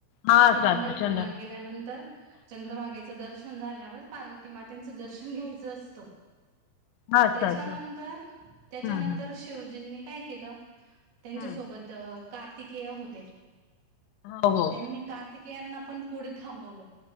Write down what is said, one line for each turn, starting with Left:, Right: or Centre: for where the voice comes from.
Left: हा
Right: कधी
Left: असं
Right: पंढरपूरला
Left: असं चंद्र
Right: गेल्यानंतर, चंद्रभागेचं दर्शन झाल्यावर पार्वती मातेंच दर्शन घ्यायचं असतं.
Left: हा असं
Right: त्याच्यानंतर
Left: असं
Right: त्याच्यानंतर
Left: हा हा
Right: शिवजींनी काय केलं त्यांच्यासोबत
Left: हम्म
Right: कार्तिकेय होते.
Left: हो
Right: मग
Left: हो
Right: त्यांनी कार्तिकेयांना पण पुढे थांबवलं,